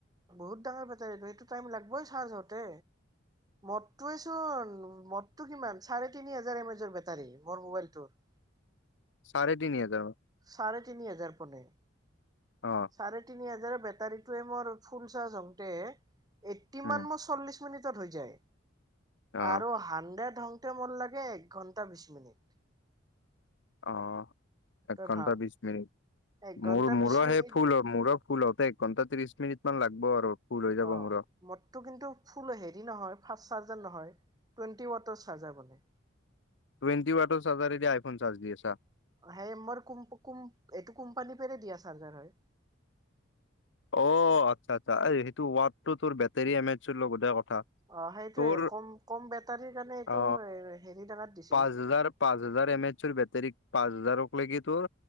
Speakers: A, on the right; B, on the left.
A: বহুত ডাঙৰ বেটাৰীটো সেইটো টাইম লাগিবই চাৰ্জ হওঁতে। মৰটোৱে চোন মৰটো কিমান চাৰে তিনি হাজৰ বেটাৰী মোৰ মোবাইলটোত। <inaudible>
B: চাৰে তিনিহেজাৰ হয়।
A: চাৰে তিনি হাজাৰ পৰে।
B: অ
A: চাৰে তিনি হাজাৰ বেটাৰীতোৱে মোৰ ফুল চাৰ্জ হওঁতে এইটটিমান
B: উম
A: ম চল্লিশ মিনিটত হৈ যায়।
B: অ
A: আৰু হান্দে ধংতে মোৰ লাগে এক ঘন্টা বিশ মিনিট
B: অ। এক
A: তই
B: ঘন্টা
A: ভাব
B: বিশ মিনিট
A: এক
B: মোৰ
A: ঘন্টা
B: মোৰৰ
A: বিশ মিনিট
B: সেই ফুল মোৰো ফুল হওঁতে ঘণ্টা ত্ৰিশ মিনিট মান লাগব আৰু ফুল হৈ যাব
A: অ
B: মোৰো
A: মোৰটো কিন্তু ফুল হেৰি নহয় ফাৰ্ষ্ট চাৰ্জাৰ নহয় টুৱেন্টি ৱাটাৰ চাৰ্জাৰ মানে।
B: টুৱেণ্টি ৱাটৰ চাৰ্জাৰ এতিয়া আইফোন চাৰ্জ দি আছা।
A: সেই মোৰ কোম কোম এইটো কোম্পানী পৰাই দিয়া চাৰ্জাৰ হয়
B: অ আচ্ছা আচ্ছা এই সেইটো ৱটতোৰ তোৰ বেটৰী এম এজৰ লগতে কথা
A: অ সেইটোৱে
B: তোৰ
A: কম কম বেটাৰীৰ কাৰণে এইটো
B: অ
A: হেৰি টকাত দিছে
B: পাঁচ হাজাৰ পাঁচ হ জাৰ এম এছৰ বেটাৰী পাঁচ হাজাৰক লাগি তোৰ